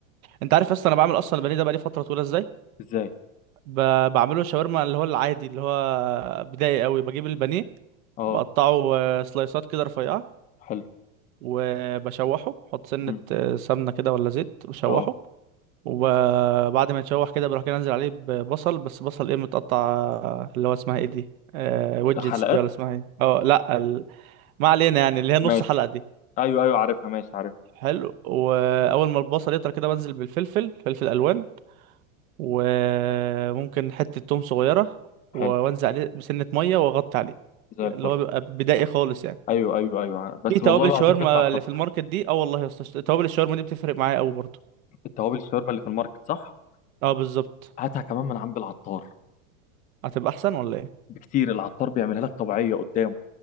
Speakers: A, on the right; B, on the left.
A: انت عارف اصلا انا بعمل اصلا البانيه ده بقالي فترة طويلة ازاي
B: ازاي
A: ب... بعمله شاورما اللي هو العادي اللي هو بدائي قوي بجيب البانيه
B: اه
A: بقطعه آه، سلايسات كده رفيعة
B: حلو
A: وبشوحه بحط سنة
B: مم.
A: آه، سمنة كده ولا زيت بشوحه
B: اه
A: وبعد ما يتشوح كده بروح كده انزل عليه ببصل بس بصل ايه متقطع آه، اللي هو اسمها ايه دي آه ويدجتس
B: حلقات
A: دي ولا اسمها ايه اه لا ال... ما علينا يعني اللي هي نص
B: ماشي
A: حلقة دي
B: ايوه ايوه عارفها ماشي عارف
A: حلو واول ما البصل يطرى كده بنزل بالفلفل فلفل الوان وممكن حتة توم صغيرة و-
B: حلو
A: وانزل عليه بسنة مية واغطي عليه
B: زي
A: اللي
B: الفل
A: هو بيبقى بدائي خالص يعني
B: ايوه ايوه ايوه بس
A: في توابل
B: والله العظيم
A: شاورما
B: بيطلع تحفه
A: اللي في الماركت دي اه والله يا اسطى توابل الشاورما دي بتفرق معايا قوي برضه
B: التوابل الشاورما اللي في الماركت صح
A: اه بالظبط
B: هاتها كمان من عند العطار
A: هتبقى احسن ولا ايه
B: بكتير العطار بيعملها لك طبيعيه قدامه